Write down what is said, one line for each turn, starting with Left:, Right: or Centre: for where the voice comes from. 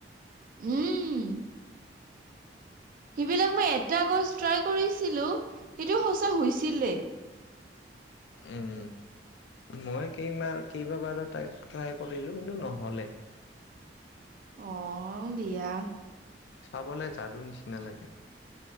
Right: উম সেইবিলাক মই এটা গছ ট্ৰাই কৰিছিলো সেইটো সঁচা হৈছিলে।
Left: উম মই কেইমাৰ কেইবাবাৰো ট্ৰাই কৰিলো কিন্তু নহ'লে।
Right: অ দিয়া।
Left: চাবলে যাদু নিচিনা লাগে।